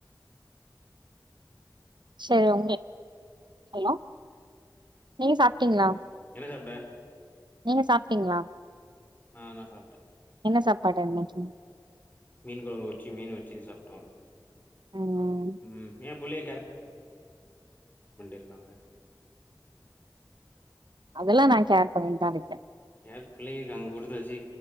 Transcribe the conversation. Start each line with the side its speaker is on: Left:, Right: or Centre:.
Right: சேர் உங்களுக் ஹலோ நீங்க சாப்டீங்ளா
Left: ம் என்ன சாப்ட்ட
Right: நீங்க சாப்டீங்ளா
Left: ஆ நா சாப்டே
Right: என்ன சாப்பாடு இன்னைக்கி
Left: மீன் கொழம்பு வச்சி மீன் வச்சி சாப்ட்டோ
Right: ம்
Left: ம் ஏ புள்ளைய க்காங்க
Right: அதெல்லா நா கேர் பண்ணிட்டு தா இருப்பே.
Left: யார் பிள்ளைய காணு குடுத்தாச்சு